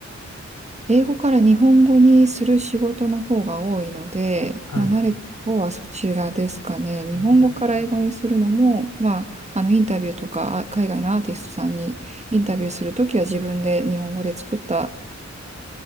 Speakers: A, on the right; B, on the left.
A: 英語から日本語にする仕事の方が多いので、
B: はい。
A: まあ、慣れた方はそちらですかね。日本語から英語にするのも、
B: あのい
A: まあ、あのインタビューとかあ海外のアーティストさんにインタビューするときは自分で日本語で作った